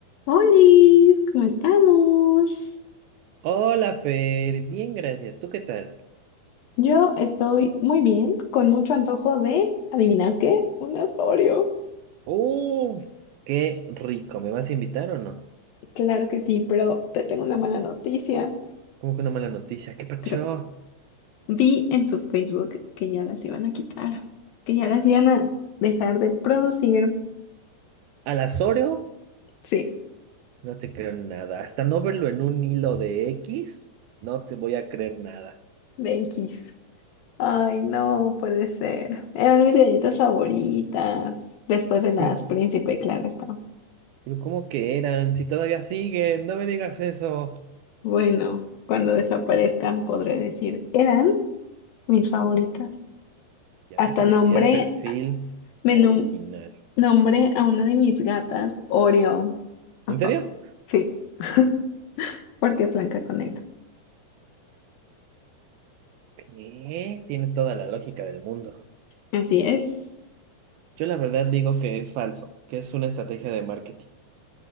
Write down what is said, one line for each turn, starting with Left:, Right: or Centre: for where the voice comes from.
Left: Hola, ¿cómo estamos?
Right: Hola Fer, bien gracias. ¿Tú qué tal?
Left: Yo estoy muy bien, con mucho antojo de, ¿adivina qué? Un Asorio.
Right: ¡Uf! ¡Qué rico! ¿Me vas a invitar o no?
Left: Claro que sí, pero te tengo una mala noticia.
Right: ¿Cómo que una mala noticia? ¿Qué pacho?
Left: Cre- Vi en su Facebook que ya las iban a quitar, que ya las iban a dejar de producir.
Right: ¿Al Azorio?
Left: Sí,
Right: No te creo nada. Hasta no verlo en un hilo de X, no te voy a creer nada.
Left: de X. Ay, no puede ser. Eran mis galletas favoritas, después de las
Right: Pero,
Left: Príncipe, claro está.
Right: pero ¿cómo que eran? Si todavía siguen, no me digas eso.
Left: Bueno, cuando desaparezcan podré decir, eran. mis favoritas.
Right: Ya
Left: Hasta
Right: me metí
Left: nombré,
Right: al perfil
Left: me
Right: original.
Left: nom- nombré a una de mis gatas Oreo. a
Right: ¿En
Left: fa-
Right: serio?
Left: Sí, <laughs> porque es blanca con negro.
Right: ¿Qué? Tiene toda la lógica del mundo.
Left: Así es.
Right: Yo la verdad digo que es falso, que es una estrategia de marketing.